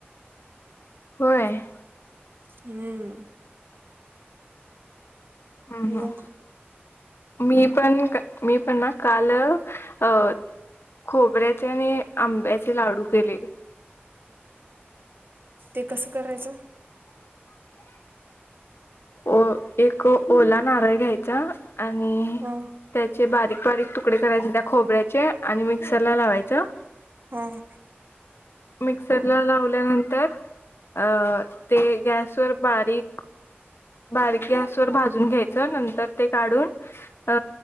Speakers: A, on the left (about 70°); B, on the right (about 60°).
A: होय.
B: हम्म,
A: हम्
B: मग
A: ह मी पण मी पण ना काल अ खोबऱ्याचे आणि आंब्याचे लाडू केलेले.
B: ते कसं करायचं?
A: अ - एक ओला नारळ आहे घ्यायचा. आणि
B: हं
A: त्याचे बारीक- बारीक तुकडे करायचे त्या खोबऱ्याचे आणि मिक्सरला लावायचं.
B: हं
A: मिक्सरला लावल्यानंतर अ ते गॅसवर बारीक बारीक गॅस वर भाजून घ्यायचं नंतर ते काढून. अ